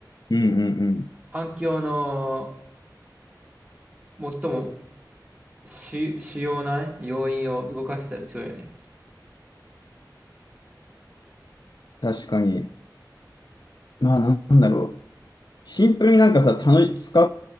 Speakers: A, on the left; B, on the right.
A: うんうんうん。
B: 環境の最も主、主要なね、要因を動かせたら強いよね。
A: 確かに。まあなんだろう。シンプルになんかさ、楽し、使